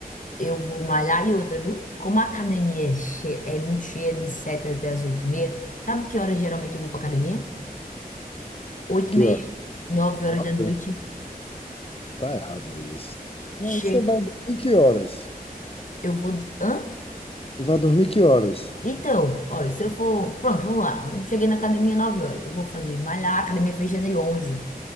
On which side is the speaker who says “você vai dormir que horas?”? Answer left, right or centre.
Left